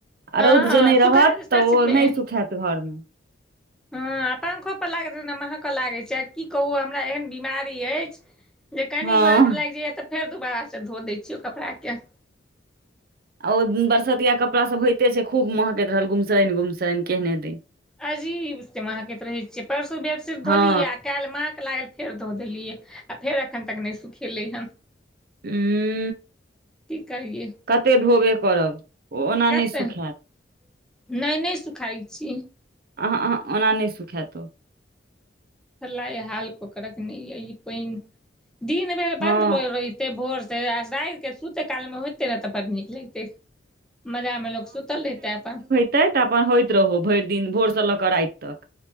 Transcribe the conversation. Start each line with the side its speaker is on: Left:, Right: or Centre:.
Right: आ
Centre: हँ
Right: रौद जे नहि रहत
Centre: सुखा जाइ छै
Right: तऽ
Centre: सचमे
Right: ओ नहि सुखैत घरमे
Centre: हँ आ आ पंखो पर लागैत रहै ने महकऽ लागै छै आ की कहू हमरा एहन बीमारी अछि जे कनि
Right: हँ
Centre: महक लागि जाइए तऽ फेर दोबारासँ धो दै छियै ओइ कपड़ाके
Right: आ ओ बरसतिया कपड़ासभ होइते छै खूब महकैत रहल घुमसैन गुमसैन केहने दिन
Centre: अजीब से महकैत रहै छियै परसू बेडशीट धोलियै
Right: हँ
Centre: आ काल्हि महक लागल फेर धो देलियै आ फेर एखन तक नहि सुखेलै हन
Right: उंम्म
Centre: की कहिए
Right: कते ढोबे करब ओ ओना
Centre: कते
Right: नहि सुखायत
Centre: नहि नहि सुखाइ छी
Right: अहं अहं ओना नहि सुखायैत ओ
Centre: सलाइ हाल कोकरक नै ये ई पानि दिन बेर
Right: हँ
Centre: बंन्द भऽ गेल रहैत ते‌ भोर से आ राति के सुते काल मे होइतै ने तऽ बड़ नीक लगते मजामे लोक सुतल रहितै अपन
Right: तेँ तऽ अपन होइत रहौ भरि दिन भोरसँ लऽ कऽ राति तक